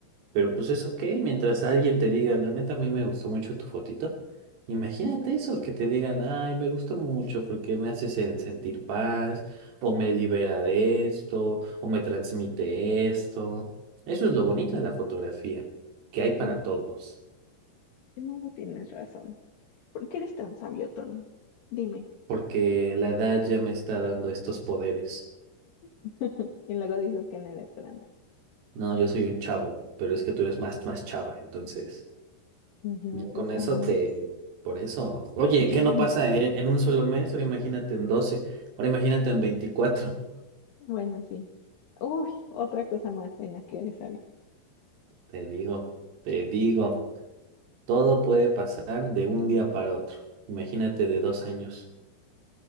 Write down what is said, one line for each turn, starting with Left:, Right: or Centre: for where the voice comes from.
Right: Pero pues eso qué, mientras alguien te diga, la neta a mí me gustó mucho tu fotito, imagínate eso, que te digan, ay, me gustó mucho porque me hace sen- sentir paz, o me libera de esto, o me transmite esto. Eso es lo bonito de la fotografía, que hay para
Left: Mm,
Right: todos,
Left: En eso tienes razón. ¿Por qué eres tan sabio, Tony? Dime.
Right: porque la edad ya me está dando estos poderes.
Left: <laughs> Y luego dices que no eres grande.
Right: No, yo soy un chavo, pero es que tú eres más, más chava, entonces...
Left: Me llevas
Right: Yo
Left: dos
Right: con eso
Left: años.
Right: te... Por eso. Oye,
Left: <laughs>
Right: ¿qué no pasa en, en un solo mes? Ahora imagínate en doce Ahora imagínate en veinticuatro
Left: Bueno, sí. Uy, otra cosa más en la que eres sabio,
Right: Te digo, te digo. Todo puede pasar de un día para otro. Imagínate de dos años.